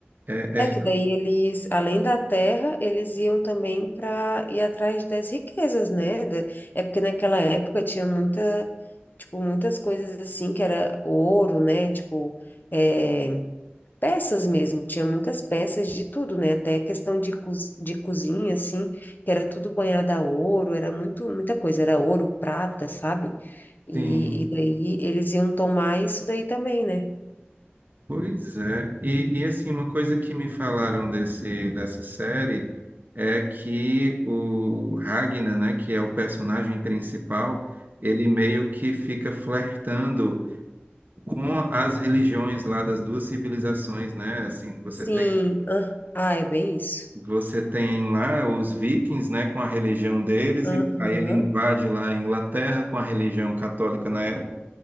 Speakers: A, on the right; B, on the left.
A: é,
B: É
A: é,
B: que daí eles, além da terra, eles iam também para ir atrás das riquezas, né? Da- É porque naquela época tinha muita, tipo, muitas coisas assim que era ouro, né? Tipo, é, peças mesmo, tinha muitas peças de tudo, né? Até questão de, co de cozinha, assim, que era tudo banhado a ouro, era muito, muita coisa, era ouro, prata, sabe? E,
A: sim.
B: e daí eles iam tomar isso daí também, né?
A: Pois é, e, e assim, uma coisa que me falaram desse, dessa série é que o Ragnar, né, que é o personagem principal, ele meio que fica flertando com as religiões lá das duas civilizações, né, assim, você
B: Sim.
A: tem,
B: ah, ah, é bem isso.
A: você tem lá os vikings, né, com a religião deles,
B: Aham.
A: e aí ele invade lá a Inglaterra com a religião católica, né,